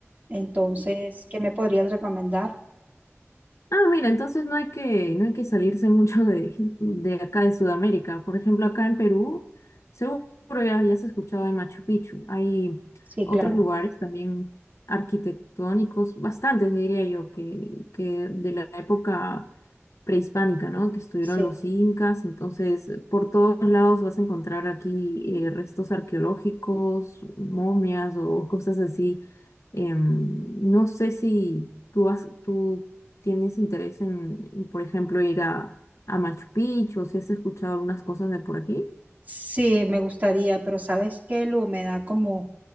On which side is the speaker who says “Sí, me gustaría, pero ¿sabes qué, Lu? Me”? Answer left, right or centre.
Right